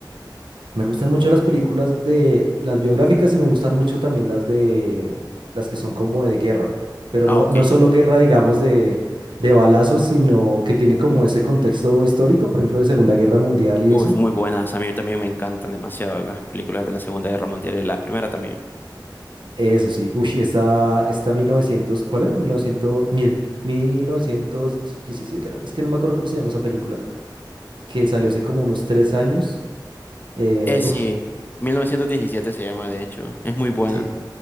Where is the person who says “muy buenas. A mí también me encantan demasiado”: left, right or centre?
Left